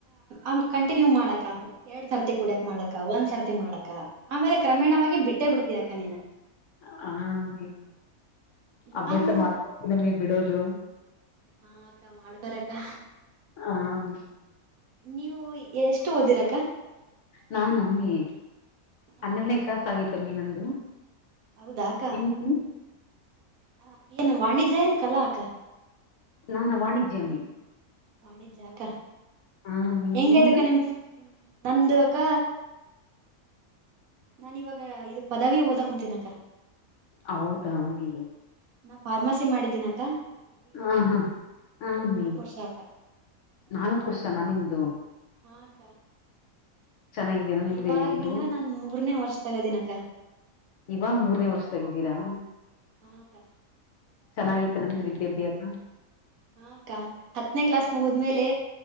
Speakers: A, on the right; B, on the left.
A: ಅಂ, ಕಂಟಿನ್ಯೂ ಮಾಡಾಕ್ಕಾ. ಎರಡ್ ಸರತಿ ಕೂಡಾಕ್ ಮಾಡಕ್ಕಾ, ಒಂದ್ ಸರತಿ ಮಾಡಕ್ಕಾ, ಆಮೇಲೆ ಕ್ರಮೇಣವಾಗಿ ಬಿಟ್ಟೇ ಬಿಡ್ತೀ ಅಕ್ಕಾ ನೀನ್
B: ಹಾ ಅಮ್ಮಿ
A: ನಾನ್
B: ಅಭ್ಯಾಸ ಮಾಡ್ಕೊಡ್ತರ ಬಿಡೋದು.
A: ಹಾ ಅಕ್ಕಾ ಮಾಡ್ಕೋರಕ್ಕಾ
B: ಆಮ್ಮಿ
A: ನೀವು ಎಷ್ಟು ಓದಿರಿ ಅಕ್ಕಾ
B: ನಾನ್ ಅಮ್ಮಿ
A: ಹ
B: ಹನ್ನೆರಡನೇ
A: ಅಕ್ಕ.
B: ಕ್ಲಾಸ್ ಆಗಿತ್ತು ಅಮ್ಮಿ ನಂದು
A: ಹೌದು ಅಕ್ಕ
B: ನಿಮ್ದಮ್ಮಿ
A: ಹ ಏನ್ ವಾಣಿಜ್ಯ ಏನ್ ಕಲಾ ಅಕ್ಕ
B: ನಾನ ವಾಣಿಜ್ಯ ಅಮ್ಮಿ
A: ವಾಣಿಜ್ಯ ಅಕ್ಕ
B: ಹಾಮ್ಮಿ
A: ಹೆಂಗೈತು
B: ನಿಮ್ದು
A: ಅಕ್ಕ ನಿಮ್ ನಂದು ಅಕ್ಕ ನಾನು ಈಗ ಇದು ಪದವಿ ಓದ್ತೀನಿ ಅಕ್ಕ
B: ಹೌದಾ ಅಮ್ಮಿ
A: ನಾನು ಫಾರ್ಮಸಿ ಮಾಡ್ತೀನಿ ಅಕ್ಕ
B: ಹ ಹಾ ಹ ಅಮ್ಮಿ
A: ವರ್ಷ ಅಕ್ಕ
B: ನಾಲ್ಕು ವರ್ಷ ನಾ ನಿಮ್ದು
A: ಹಾ ಅಕ್ಕ
B: ಚೆನ್ನಾಗಿದೇನ ನಿಮ್ದ
A: ಇವಗ
B: ಇದು
A: ನನ್ ಮೂರನೇ ವರ್ಷದಲ್ಲಿದ್ದೀನಿ ಅಕ್ಕ
B: ಇವಾಗ ಮೂರನೇ ವರ್ಷದಾಗ ಇದ್ದೀರಾ
A: ಹಾ ಅಕ್ಕ
B: ಚೆನ್ನಾಗಿತ್ತು ನಿಮ್ಮದು ವಿದ್ಯಾಭ್ಯಾಸ.
A: ಹ ಅಕ್ಕ, ಹತ್ತನೇ ಕ್ಲಾಸ್ ಮುಗಿದ ಮೇಲೆ